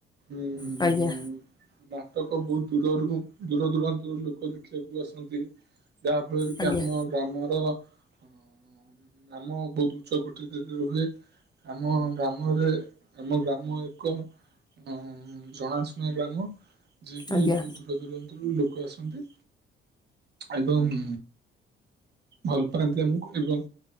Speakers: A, on the right; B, on the left.
A: ଉଁ
B: ଆଜ୍ଞା
A: ନାଟକ ବହୁତ ଦୂରରୁ ଦୂର ଦୂରାନ୍ତରୁ ଲୋକ ଦେଖିବାକୁ ଆସନ୍ତି। ଯାହା ଫଳରେ
B: ଆଜ୍ଞା
A: କି ଆମ ଗ୍ରାମର ଆଁ ମ ଆମ ବହୁତ ଉଚ୍ଚ କୋଠରୀରେ ହୁଏ। ଆମ ଗ୍ରା ଘରେ ଆମ ଗ୍ରାମ ଏକ ଅ ଜଣାଶୁଣା ଗ୍ରାମ। ଯିଏ କିି
B: ଆଜ୍ଞା ଆଜ୍ଞା
A: ବହୁ ଦୂର ଦୁରାନ୍ତୁରୁ ଲୋକ ଆସନ୍ତି ଏବଂ ଭଲ ପାଆନ୍ତି ଆମକୁ ଏବଂ